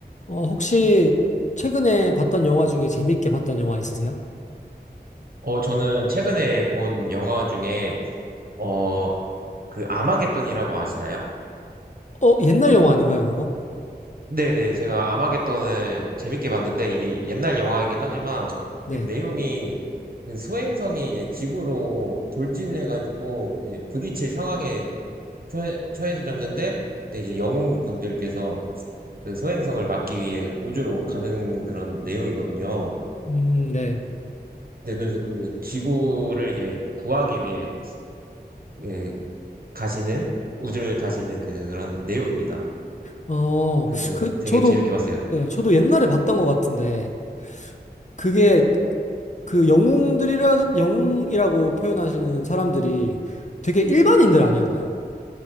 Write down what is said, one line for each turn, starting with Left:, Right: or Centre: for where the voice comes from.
Left: 어, 혹시 최근에 봤던 영화 중에 재밌게 봤던 영화 있으세요?
Right: 어, 저는 최근에 본 영화 중에, 어, 그, 아마겟돈이라고 아시나요?
Left: 어, 옛날 영화 아닌가요, 그거?
Right: 네네, 제가 아마겟돈을 재밌게 봤는데, 이게 옛날 영화이긴 하지만,
Left: 네.
Right: 그 내용이, 그 소행성이 이제 지구로 돌진해가지고, 이제 부딪힐 상황에 처해, 처해졌는데, 근데 이제 영웅분들께서 그 소행성을 막기 위해 우주로 가는 그런 내용이거든요.
Left: 음, 네.
Right: 네, 그래서 그 지구를 이제 구하기 위해 예, 가시는 우주를 가시는 그런 내용입니다.
Left: 어,
Right: 그렇죠
Left: 그,
Right: 되게
Left: 저도,
Right: 재밌게 봤어요.
Left: 네, 저도 옛날에 봤던 것 같은데, 그게 그 영웅들이라, 영웅이라고 표현하시는 사람들이 되게 일반인들 아니었나요?